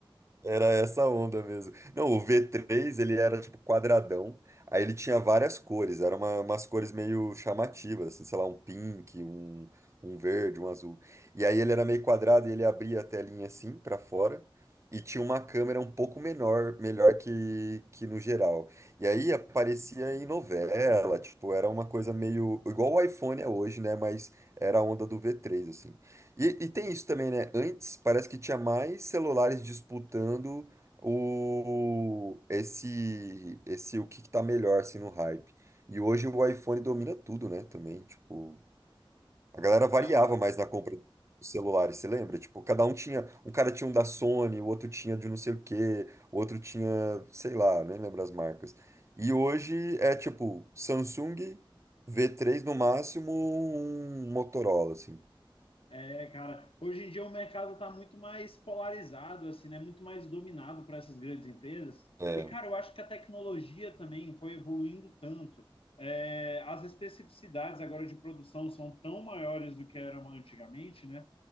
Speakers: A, on the right; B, on the left.
A: Era essa onda mesmo. Não, o v três ele era tipo quadradão, aí ele tinha várias cores, eram uma, umas cores meio chamativas, assim, sei lá, um pink, um, um verde, um azul. E aí ele era meio quadrado e ele abria a telinha assim pra fora e tinha uma câmera um pouco menor, melhor que, que no geral. E aí aparecia em novela, tipo, era uma coisa meio igual o iPhone é hoje, né? Mas era a onda do v três assim. E, e tem isso também, né? Antes parece que tinha mais celulares disputando o esse esse o que que tá melhor assim no hype. E hoje o iPhone domina tudo, né? Também, tipo, a galera variava
B: Não,
A: mais na compra dos celulares, você lembra? Tipo, cada um tinha, um cara tinha um da Sony, o outro tinha de não sei o quê, o outro tinha, sei lá, nem lembro as marcas. E hoje é tipo Samsung V3 no máximo, um Motorola assim.
B: É, cara, hoje em dia o mercado está muito mais polarizado, assim, né? Muito mais dominado por essas grandes empresas.
A: É.
B: E, cara, eu acho que a tecnologia também foi evoluindo tanto. É, as especificidades agora de produção são tão maiores do que eram antigamente, né?